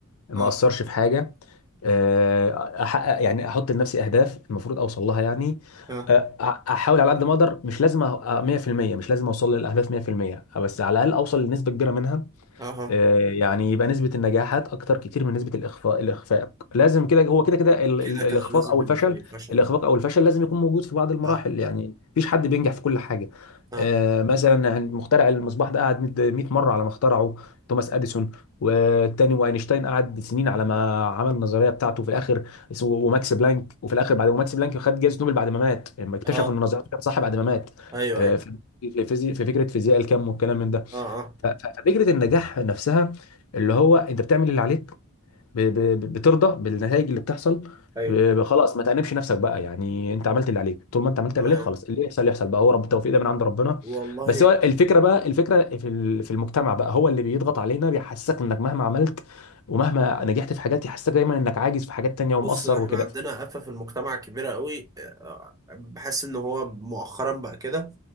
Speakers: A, on the left; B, on the right.
A: ما
B: اه
A: اثرش في حاجه آه، احقق يعني احط لنفسي اهداف المفروض اوصل لها يعني
B: اه
A: آه، أ- احاول على قد ما اقدر مش لازم أه- 100% مش لازم اوصل للاهداف 100% بس على الاقل اوصل لنسبه كبيره منها
B: اه
A: آه، يعني يبقى نسبة النجاحات أكتر كتير من نسبة الإخفاق الإخفاق لازم كده هو كده كده ال-
B: كده
A: ال- الإخفاق
B: كده لازم
A: أو
B: يبقى
A: الفشل
B: فيه فشل
A: الإخفاق
B: اه
A: أو الفشل لازم يكون موجود في بعض المراحل
B: اه
A: يعني مفيش حد بينجح في كل حاجة
B: اه
A: آه، مثلا مخترع المصباح ده قعد 100 مرة على ما اخترعه توماس أديسون والتاني واينشتاين قعد سنين على ما عمل النظرية بتاعته في الآخر اس- وماكس بلانك وفي الآخر بعد وماكس بلانك خد جائزة نوبل بعد ما مات لما اكتشف
B: اه
A: إن نظريته كانت صح بعد ما مات
B: ايوه
A: آه،
B: ايوه
A: في في فيزي- في فكرة فيزياء الكم والكلام من ده
B: اه اه
A: ف- ف- ففكره النجاح نفسها اللي هو انت بتعمل اللي عليك ب- ب- بترضى بالنتائج اللي بتحصل
B: ايوه
A: ب- خلاص ما تأنبش نفسك بقى يعني انت عملت اللي عليك طول ما انت عملت
B: تمام
A: اللي عليك خلاص اللي يحصل يحصل بقى هو رب التوفيق ده من عند ربنا
B: والله
A: بس هو الفكره بقى الفكره في ال- في المجتمع بقى هو اللي بيضغط علينا بيحسسك انك مهما عملت ومهما نجحت في حاجات يحسسك دايما انك عاجز في حاجات تانية
B: بص
A: ومقصر
B: احنا
A: وكده
B: عندنا آفة في المجتمع كبيرة قوي آه، بحس ان هو مؤخرا بقى كده